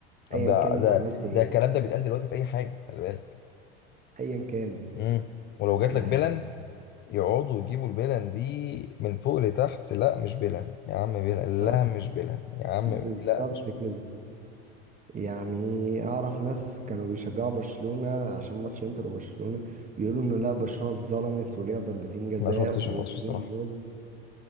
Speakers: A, on the left; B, on the right.
A: طب
B: ايا
A: ده
B: كان
A: ده
B: انت عملت ايه
A: ده الكلام ده بيتقال دلوقتي في اي حاجه خلي بالك
B: ايا كان
A: امم ولو جات
B: يعني
A: لك بلن يقعدوا يجيبوا البلن دي من فوق لتحت لا مش بلن يا عم بلن
B: آه،
A: لا مش بلن يا عم
B: بالظبط
A: لا مش
B: كده
A: بلن
B: يعني اعرف ناس كانوا بيشجعوا برشلونة عشان ماتش انتر وبرشلونة بيقولوا انه لا برشلونة اتظلمت وليها ضربتين جزاء
A: ما شفتش الماتش الصراحه
B: وجول